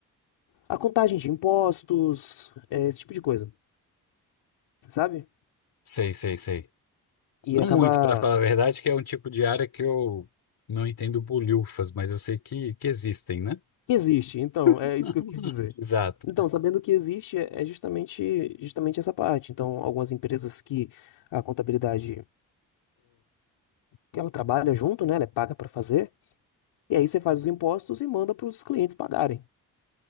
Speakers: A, on the left; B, on the left.
A: a contagem de impostos, é, esse tipo de coisa, sabe?
B: Sei, sei, sei. Não
A: E acaba
B: muito, para falar a verdade, que é um tipo de área que eu não entendo bolhufas, mas eu sei que, que existem, né?
A: que existe. Então, é
B: <laughs>
A: isso que eu quis dizer.
B: Exato.
A: Então, sabendo que existe, é é justamente, justamente essa parte. Então, algumas empresas que a contabilidade, que ela trabalha junto, né? Ela é paga para fazer. E aí você faz os impostos e manda para os clientes pagarem.